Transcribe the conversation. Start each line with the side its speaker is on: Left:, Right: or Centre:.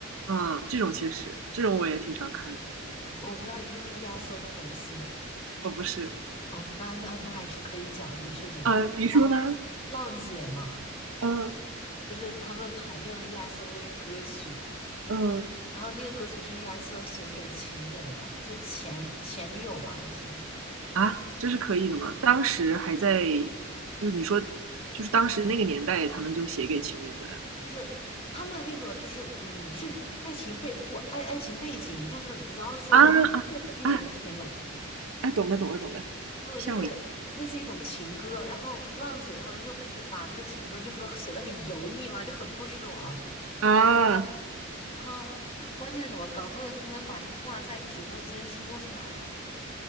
Right: 啊，这种确实，这种我也挺常看的。
Left: 我不知道你是不是 e S o 的粉丝，
Right: 我不是，
Left: 哦，那那那也是可以讲这个事情，
Right: 啊，
Left: 因为你知道
Right: 你说呢？
Left: 浪姐嘛，
Right: 嗯
Left: 就是他们排练了 e S o 的一个歌曲，
Right: 嗯，
Left: 然后那个歌曲是 e S o 写给情人的，就前前女友吧，类似于。
Right: 啊，这是可以的吗？当时还在，就是你说，就是当时那个年代，他们就写给情人的
Left: 就是他们那个，就是嗯，是爱情背过爱爱情背景，但是你要说就特定的人是没有的。
Right: 啊啊啊啊！懂了懂了懂了，
Left: 对，
Right: 吓我一
Left: 就是类似于一种情歌。然后浪姐他们就不是把这个情歌就说写的很油腻嘛，就很不爽。
Right: 跳啊！
Left: 然后 <laughs> 关键是什么？搞笑的是，他们把这个话在直播间说出来了，